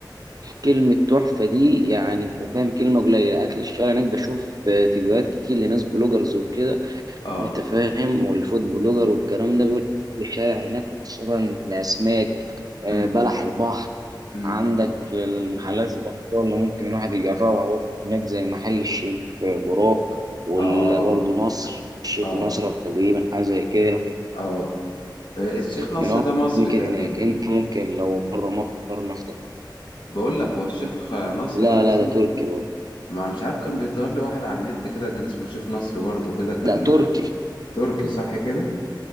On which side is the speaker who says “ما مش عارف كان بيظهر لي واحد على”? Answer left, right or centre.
Left